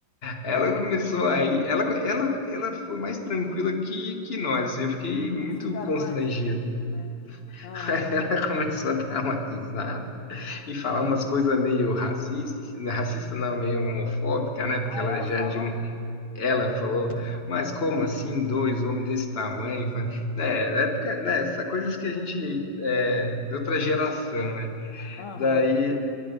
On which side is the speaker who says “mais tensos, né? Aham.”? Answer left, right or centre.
Left